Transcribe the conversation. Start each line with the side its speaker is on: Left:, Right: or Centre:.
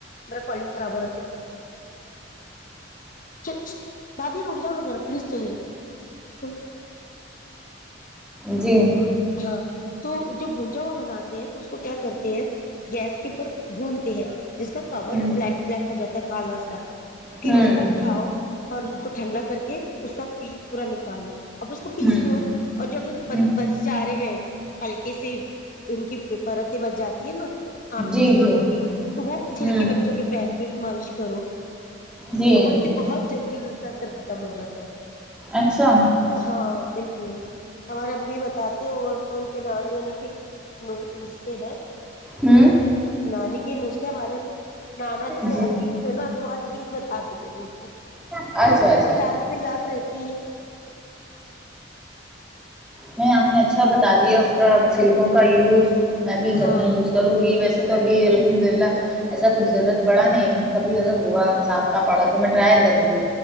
Left: میرا کالنگ خراب ہو رہا ہے چلو چ بھابھی اھ جاؤ نا ذرا پلیز چلی چلو
Centre: جی
Left: ہاں تو جو بھونجا ہوا بناتے ہیں تو اس کو کیا کرتے ہیں گیس کے پر بھونتے ہیں جس کا کور
Centre: ہوں
Left: بلیک بلیک ہو جا ہے کال سات پھر
Centre: ہوں
Left: اس کو اٹھاؤ اور ٹھنڈا کر کے اس کا پیس پورا نکال لو اور اس کو پیس
Centre: ہوں
Left: لو اور جو اگر
Centre: ہوں
Left: بسی جا رہے ہے ہلکے سے ان کی پرتیں بچ جاتی ہے نا آم
Centre: جی
Left: کی چھلکوں
Centre: جی
Left: کی تو وہ چھلکے
Centre: ہوں
Left: بچوں کے پیر پہ مالش کرو
Centre: جی
Left: تو بولتے بہت جلدی لو کا اثر ختم ختم ہو جاتا ہے
Centre: اچھا
Left: ہاں بالکل بال ہمارے امی بتاتے ہو اور ان کے ب ہونی کہ ن کہ ہے
Centre: ہوں
Left: نانی کے نسخے بارے میں نانا جیسے
Centre: جی
Left: حکیم تھے نا تو ہر چیز بتاتے تھے نسے
Centre: اچھا اچھا
Left: توتا
Centre: اچھا
Left: ہے وہ یاد سے یاد رہتی ہے
Centre: میں آپ میں اچھا بتا دیا اس کا سلکوں کا یوز میں بھی گھر
Left: ہاں
Centre: میں یوز کروں گی
Left: بالکل
Centre: ویسے تو ابھی الحمد للہ ایسا کچھ ضرورت پڑا نہیں ہے کبھی اگر ہوا سانف کا پڑا تو میں ٹرائی کروں گی